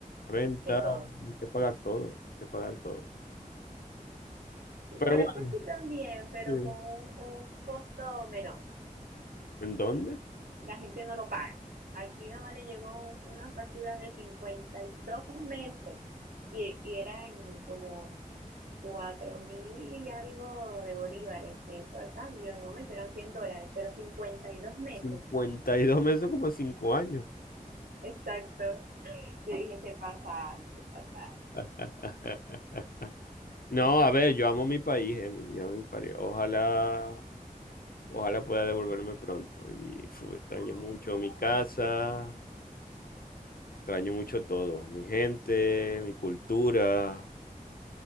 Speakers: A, on the left; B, on the right.
A: renta,
B: de todo.
A: hay que pagar todo, hay que pagar todo.
B: Sí,
A: Pero
B: Bueno,
A: bueno,
B: es que aquí también, pero
A: sí.
B: con un, un costo menor.
A: ¿En dónde?
B: La gente no lo paga. Aquí nada más le llegó una factura de 52 meses y, y eran como cuatro mil y algo de bolívares. Eso a cambio, en el momento eran 100 dólares, pero 52 meses.
A: cincuenta y dos meses, como 5 años.
B: Exacto. Yo dije, se pasa, se pasa.
A: <laughs> No, a ver, yo amo mi país, Emily, yo amo mi país. Ojalá, ojalá pueda devolverme pronto. Y fu, extraño
B: Ay,
A: mucho mi casa, extraño mucho todo, mi gente, mi cultura,